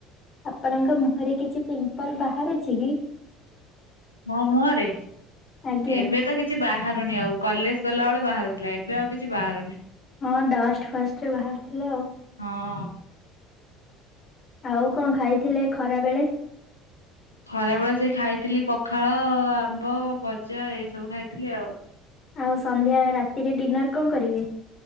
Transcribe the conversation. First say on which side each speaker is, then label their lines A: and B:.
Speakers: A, on the left (about 40°); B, on the left (about 85°).
A: ଆପଣଙ୍କ ମୁହଁରେ କିଛି ପିମ୍ପଲ ବାହାରୁଚି କି?
B: ମୋ ମୁହଁରେ?
A: ଆଜ୍ଞା
B: ଏବେ ତ କିଛି ବାହାରୁନି ଆଉ କଲେଜ ଗଲାବେଳେ ବାହାରୁଥିଲା ଏବେ ଏବେ ଆଉ କିଛି ବାହାରୁନି।
A: ହଁ ଡଷ୍ଟ ଫଷ୍ଟରେ ବାହାରୁଥିଲା ଆଉ।
B: ହଁ।
A: ଆଉ କଣ ଖାଇଥିଲେ ଖରା ବେଳେ?
B: ଖରାବେଳେ ସେଇ ଖାଇଥିଲି ପଖାଳ, ଆମ୍ବ, ଭଜା ଏଇ ସବୁ ଖାଇଥିଲି ଆଉ।
A: ଆଉ ସନ୍ଧ୍ୟା ରାତିରେ ଡିନର କଣ କରିବେ?